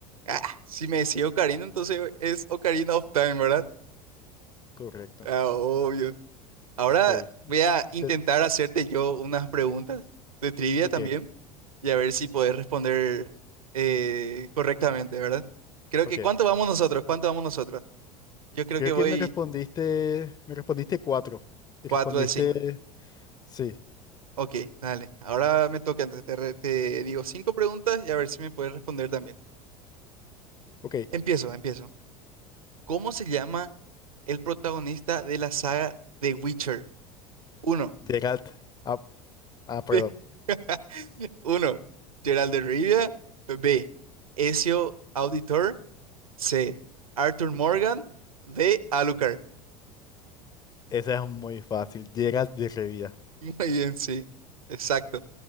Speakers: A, on the right; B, on the left.
A: Ah, si me decía Ocarina, entonces es Ocarina of Time, ¿verdad?
B: Correcto.
A: Ah, obvio. Ahora
B: Ok.
A: voy a intentar
B: Te-
A: hacerte yo unas preguntas de trivia
B: ok.
A: también y a ver si podés responder eh, correctamente, ¿verdad? Creo
B: Ok.
A: que ¿cuánto vamos nosotros? ¿Cuánto vamos nosotros? Yo creo
B: Creo
A: que voy
B: que me respondiste, me respondiste cuatro. Y
A: 4
B: respondiste,
A: de 5.
B: sí.
A: Ok, dale. Ahora me toca, entonces te, re- te digo cinco preguntas y a ver si me puedes responder también.
B: Ok.
A: Empiezo, empiezo. ¿Cómo se llama el protagonista de la saga The Witcher? uno?
B: Geralt. Ah, ah, perdón.
A: de- <laughs> Uno, Gerald de Rivia. B, Ezio Auditor. C, Arthur Morgan. D, Alucard.
B: Esa es muy fácil. Geralt de Rivia.
A: <laughs> Muy bien, sí, exacto.